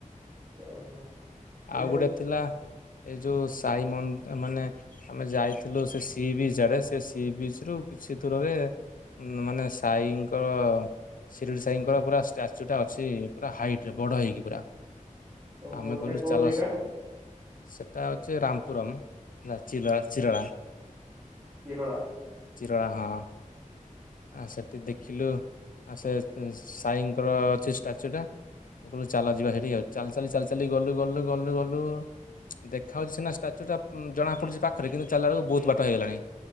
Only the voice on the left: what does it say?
ଆଉ ଗୋଟେ ଥିଲା ଏଇ ଯୋଉ ସାଇ ମନ୍ଦ ମାନେ ଆମେ ଯାଇଥିଲୁ ସେ ସି ବିଚ ଆଡେ ସେ ସି ବିଚ ରୁ କିଛି ଦୂରରେ ମାନେ ସାାଇଙ୍କର ଶିରିଡି ସାଇଙ୍କର ପୁରା ଷ୍ଟାଚୁ ଟା ଅଛି ପୁରା ହାଇଟରେ ବଡ ହେଇକି ପୁରା।
ଆମେ କହିଲୁ
ଚାଲ
ସେଟା ହେଉଛି ରାମପୁରମ୍ ହେଲା ଚି ଚିରଣା।
ଚିରଳା ହଁ। ଆ ସେଠି ଦେଖିଲୁ ଆ ସେ ସାଇଙ୍କର ଅଛି ଷ୍ଟାଚୁ ଟା। ହୋଉ ଚାଲ ଯିବା ସେଇଠି ଆଉ ଚା ଚାଲି ଚାଲି ଚାଲି ଗଲୁ ଗଲୁ ଗଲୁ ଗଲୁ। ଦେଖା ହଉଛିି ସିନା ଷ୍ଟାଚୁ ଟା ଉଁ, ଜଣା ପଡୁଛି ପାଖରେ କିନ୍ତୁ ଚାଲଲା ବେଳକୁ ବହୁତ ବାଟ ହେଇଗଲାଣି।